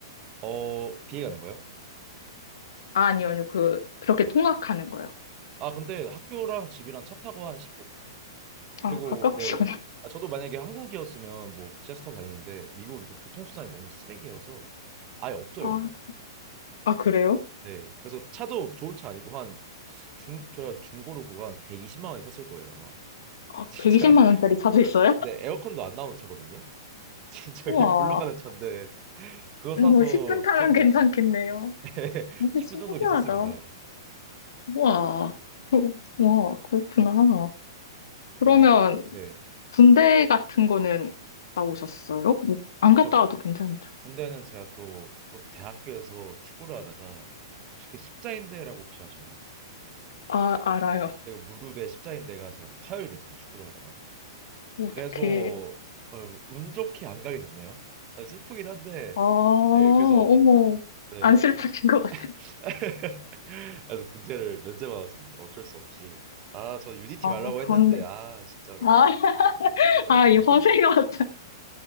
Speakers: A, on the right (about 35°); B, on the left (about 70°).
A: 어, 비행하는 거예요?
B: 아,
A: 어,
B: 아니요, 아니요. 그, 그렇게
A: 네.
B: 통학하는 거요.
A: 아, 근데 학교랑 집이랑 차 타고 한 10분? 그리고
B: 아, 가까우시구나.
A: 네. 아, 저도 만약에 한국이었으면 뭐 지하철 타고 다니는데 미국은 또 교통수단이 너무 쓰레기여서 아예 없어요
B: 아,
A: 그냥.
B: 아, 그래요?
A: 그래. 네. 그래서 차도 좋은 차 아니고 한 중 저희가 중고로 그거 한 120만 원에 샀을 거예요 아마. <laughs>
B: 아,
A: 진짜
B: 120만 원짜리 차도
A: 저
B: 있어요?
A: 네 에어컨도 안 나오는 차거든요. <laughs> 진짜
B: 우와.
A: 이게 굴러가는 차인데 그거 사서
B: 뭐, 10분 타면
A: 투어하고
B: 괜찮겠네요.
A: 있죠. <laughs>
B: 되게
A: 10분
B: 신기하다.
A: 정도 괜찮습니다.
B: 우와. 우와, 그렇구나.
A: 그리고
B: 그러면,
A: 네.
B: 군대 같은 거는 갔다 오셨어요? 뭐, 안 갔다
A: 저
B: 와도 괜찮죠?
A: 군대는 제가 또 또 대학교에서 축구를 하다가 혹시 그 십자인대라고 혹시 아시나요?
B: 아, 알아요.
A: 내가 무릎에 십자인대가 제가 파열이 됐어요. 축구를 하다가.
B: 어떻게,
A: 그래서 어, 운 좋게 안 가게 됐네요. 아, 슬프긴 한데
B: 아, 어머.
A: 네 그래서 네
B: 안 슬프신
A: 군,
B: 것 같아.
A: <laughs> 그래서 군대를 면제받았습니다. 어쩔 수 없이. 아, 저 UDT
B: 아,
A: 가려고 했는데
B: 좋네.
A: 아, 진짜로
B: 아, <laughs>
A: 이게 또
B: 아,
A: 이렇게
B: 이
A: 되네요.
B: 허세가 참-